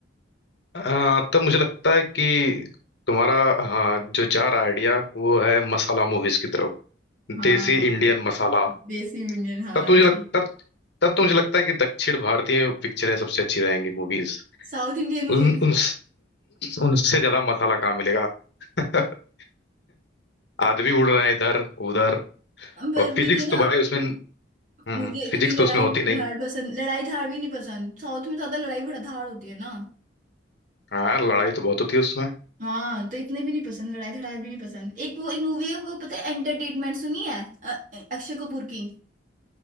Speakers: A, on the left (about 60°); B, on the right (about 40°).
A: अ, तब मुझे लगता है कि तुम्हारा हाँ जो जा रहा आइडिया वो है मसाला मूवीज की तरफ
B: हाँ
A: देसी इंडियन मसाला
B: देसी यूनियन हाँ
A: तब तो मुझे
B: ऐसे
A: लग,
B: ही
A: तब तब तो मुझे लगता है कि दक्षिण भारतीय पिक्चरें सबसे अच्छी रहेंगी मूवीज
B: South Indian movies
A: उन उन उनसे ज्यादा मसाला कहाँ मिलेगा <laughs> आदमी उड़ रहे हैं इधर उधर
B: पर
A: और
B: मुझे
A: फिजिक्स
B: ना
A: तो भाई उसमें हम्म
B: मुझे इतनी
A: फिजिक्स
B: लड़ाई
A: तो उसमें होती नहीं
B: धाड़ पसंद लड़ाई धाड़ भी नहीं पसंद साउथ में ज्यादा लड़ाई धाड़ होती है ना
A: हाँ लड़ाई तो बहुत होती है उसमें
B: हाँ तो इतने भी नहीं पसंद लड़ाई धड़ाई भी नहीं पसंद एक वो एक मूवी है वो पता है एंटरटेनमेंट सुनी है अ- अक्षय कपूर की